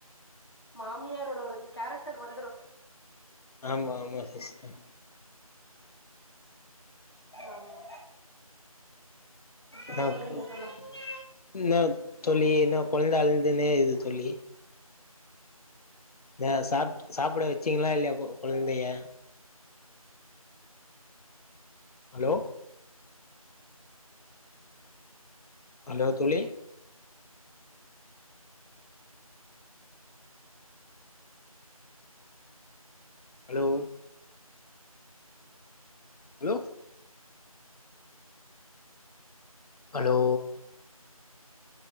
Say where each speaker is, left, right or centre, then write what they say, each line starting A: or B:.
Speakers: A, on the left; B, on the left.
A: மாமியாரோட ஒரு கேரக்டர் வந்துரு
B: ஆம்மா ஆமா சிஸ்ட்ட
A: ஆமா அப்றோ
B: நா
A: சொல்லுங்க
B: போ
A: தோழா
B: <inaudible> இன்னா தோழி என்னா கொழ்ந்த அழ்துனே இருக்து தோழி ஏ சாப்ட்டு சாப்புட வெச்சிங்ளா இல்லயா கொ கொழ்ந்தைய அலோ அலோ தோழி அலோ அலோ ஹலோ